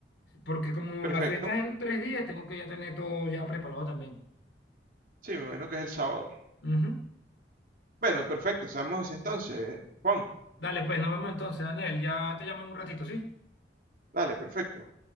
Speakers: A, on the left; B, on the right.
A: Porque como
B: Perfecto.
A: la fiesta es en tres días, tengo que ya tener todo ya preparado también.
B: Sí, me imagino que es el sábado.
A: Ujú.
B: Bueno, perfecto, seamos así entonces, Juan.
A: Dale, pues nos vemos entonces, Daniel. Ya te llamo en un ratito, ¿sí?
B: Dale, perfecto.